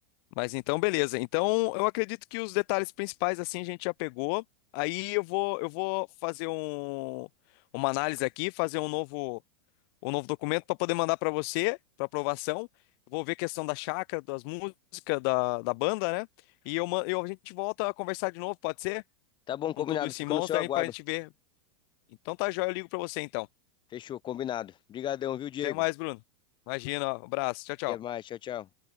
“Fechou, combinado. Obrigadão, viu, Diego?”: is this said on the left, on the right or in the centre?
Left